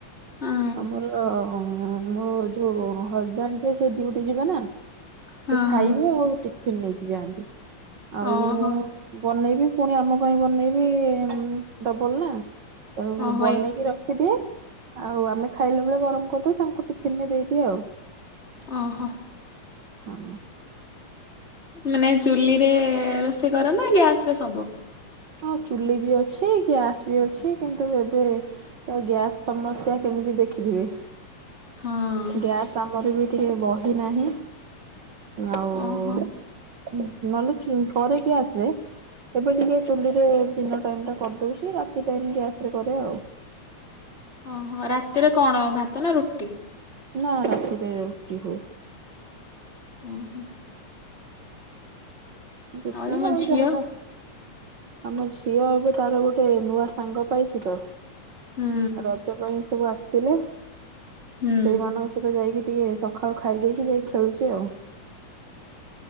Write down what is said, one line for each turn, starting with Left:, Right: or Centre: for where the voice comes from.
Left: ହଁ
Right: ଆମର ମୋ ଯୋଉ ହଜବେଣ୍ଡ ଯେ ସେ ଡିଉଟି ଯିବେ ନା। ସେ
Left: ହଁ
Right: ଖାଇବେ
Left: ହଁ
Right: ଆଉ ଟିଫିନ ନେଇକି ଯାଆନ୍ତି। ଆଉ
Left: ଓହୋ
Right: ମୁଁ ବନେଇବି ପୁଣି ଆମ ପାଇଁ ବନେଇବି ଉଁ ଡବଲ ନା। ତେଣୁ
Left: ଓହୋ
Right: ବନେଇକି
Left: ଏ
Right: ରଖିଦିଏ ଆଉ ଆମେ ଖାଇଲା ବେଳେ ଗରମ କରିଦଉ। ତାଙ୍କୁ ଟିଫିନରେ ଦେଇଦିଏ ଆଉ।
Left: ଅ ହଁ।
Right: ହଁ।
Left: ମାନେ ଚୁଲିରେ ରୋଷେଇ କର ନା ଗ୍ୟାସ ରେ ସବୁ?
Right: ହଁ ଚୁଲି ବି ଅଛି ଗ୍ୟାସ୍ ବି ଅଛି। କିନ୍ତୁ ଏବେ ତ ଗ୍ୟାସ୍ ସମସ୍ୟା କେମିତି ଦେଖିଥିବେ।
Left: ହଁ
Right: ଗ୍ୟାସ୍ ଆମର ବି ଟିକେ ବହି ନାହିଁ। ଆଉ ଉଁ
Left: ଓହୋ
Right: ନହେଲେ ଚୁ କରେ ଗ୍ୟାସ୍ ରେ ଏବେ ଟିକେ ଚୁଲିରେ ଦିନ ଟାଇମ ଟା କରିଦଉଚି। ରାତି ଟାଇମ ଗ୍ୟାସ ରେ କରେ ଆଉ।
Left: ଅଁ ହଁ ରାତିରେ କଣ ଭାତ ନା ରୁଟି?
Right: ନା ରାତିରେ ରୁଟି ହୁଏ।
Left: ଉଁ ହୁଁ।
Right: ରୁଟି
Left: ତମ
Right: ଆଉ
Left: ଝିଅ
Right: ଯାହା ତାହା ଆମ ଝିଅ ଏବେ ତାର ଗୋଟେ ନୂଆ ସାଙ୍ଗ ପାଇଛି ତ।
Left: ହୁଁ
Right: ରଜ ପାଇଁ ସବୁ ଆସିତିଲେ।
Left: ହୁଁ
Right: ସେଇମାନଙ୍କ ସ ସେ ତ ଯାଇକି ଟିକେ ସଖାଳୁ ଖାଇ ଦେଇକି ଯାଇକି ଖେଳୁଚି ଆଉ।